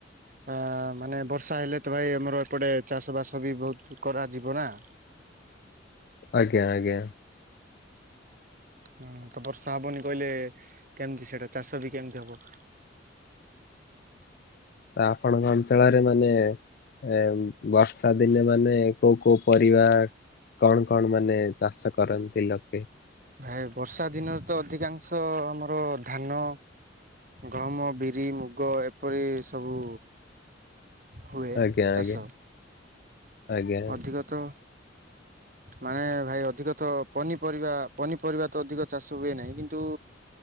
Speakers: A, on the right; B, on the left.
A: ହା ଆ ମାନେ ବର୍ଷା ହେଲେ ତ ଭାଇ ଆମର ଏପଟେ ଚାଷ ବାସ ବି ବହୁତ କରାଯିବ ନା।
B: ଆଜ୍ଞା ଆଜ୍ଞା।
A: ହୁଁ ତ ବର୍ଷା ହବନି କହିଲେ କେମିତି ସେଇଟା ଚାଷ ବି କେମତି ହବ।
B: ଆପଣଙ୍କ ଅଞ୍ଚଳରେ ମାନେ ଏ ବର୍ଷା ଦିନେ ମାନେ କୋଉ କୋଉ ପରିବା କଣ କଣ ମାନେ ଚାଷ କରନ୍ତି ଲକ?
A: ଭାଇ ବର୍ଷା ଦିନରେ ତ ଅଧିକାଂଶ ଆମର ଧାନ ଗହମ ବିରି ମୁଗ ଏପରି ସବୁ ହୁଏ
B: ଆଜ୍ଞା
A: ଚାଷ।
B: ଆଜ୍ଞା। ଆଜ୍ଞା
A: ଅଧିକ ତ ମାନେ ଭାଇ ଅଧିକ ତ ପନିପରିବା ପନିପରିବା ତ ଅଧିକ ଚାଷ ହୁଏ ନାହିଁ କିନ୍ତୁ